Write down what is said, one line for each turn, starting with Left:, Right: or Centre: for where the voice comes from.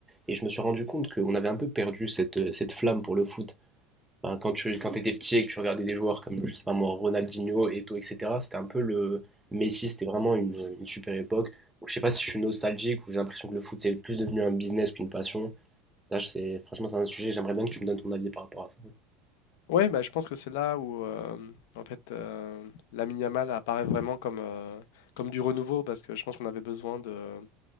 Centre: Et je me suis rendu compte qu'on avait un peu perdu cette, euh, cette flamme pour le foot. Enfin, quand tu quand t'étais petit et que tu regardais des joueurs comme, je sais pas moi, Ronaldinho, Eto'o, etc., c'était un peu le Messi, c'était vraiment une, une super époque. Donc, je sais pas si je suis nostalgique ou j'ai l'impression que le foot, c'est plus devenu un business qu'une passion. Ça, c'est franchement, c'est un sujet, j'aimerais bien que tu me donnes ton avis par rapport à ça.
Left: Ouais, bah, je pense que c'est là où euh, en fait euh, Lamine Yamal apparaît vraiment comme, euh, comme du renouveau parce que je pense qu'on avait besoin de,